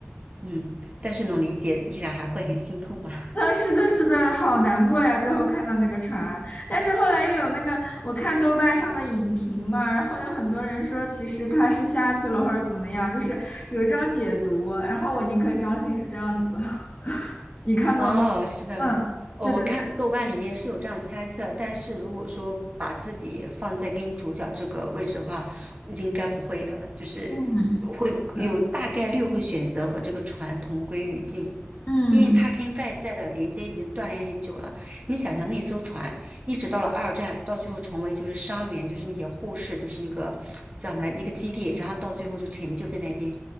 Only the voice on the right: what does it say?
嗯，但是能理解，依然还会很心痛啊。<laughs>
哦，是的，
哦，我看豆瓣里面是有这样猜测，但是如果说把自己放在跟主角这个位置的话，应该不会的，就是
会有大概率会选择和这个船同归于尽。
因为它跟外在的连接已经断联很久了。你想想，那艘船一直到了二战，到最后成为就是伤员，就是那些护士，就是那个叫什么来那个基地，然后到最后就陈旧在那边。